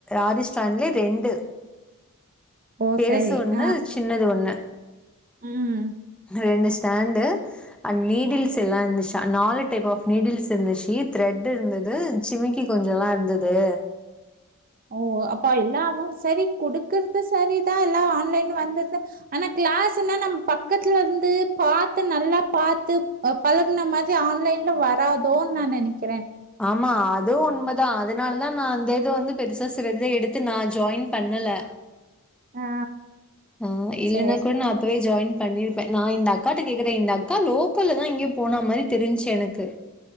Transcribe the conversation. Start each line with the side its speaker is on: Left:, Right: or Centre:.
Centre: ஆரிஸ்டாண்டுலேயே ரெண்டு
Right: ஓ
Centre: பெருசு
Right: சரி
Centre: ஒண்ணு
Right: ஆ
Centre: சின்னது ஒண்ணு
Right: ம்
Centre: ரெண்டுஸ் ஸ்டாண்டு அன் நிடில்ஸ் எல்லாம் இருந்துச்சு நாலு டைப்ஆப் நீடில்ஸ் இருந்துச்சு த்ரெட் இருந்தது சிமிக்கி கொஞ்சம் தான் இருந்தது
Right: ஓ அப்போ இல்லாமும் சரி குடுக்கறது சரிதான் எல்லாம் ஆன்லைன்ல வந்துது ஆனா கிளாஸ்னா நம்ம பக்கத்துல வந்து பாத்து நல்லா பாத்து பழகுன மாரி ஆன்லைன்ல வராதோ நான் நினைக்
Centre: ஆமா அதுவும் உண்மைதான் அதனாலான் ஆனா நான் அந்த இதவந்து பெருசா சிறித எடுத்து நான் ஜாயின் பண்ணல
Right: ஆ
Centre: ஆஹ இல்லனா
Right: சேரி
Centre: கூட நான் அப்பவே ஜாயின் பண்ணிருப்பேன் நான் இந்த அக்காட்டா கேக்குற இந்த அக்கா லோக்கல்ல தான் எங்கயோ போன மாரி தெரிஞ்ச்சு எனக்கு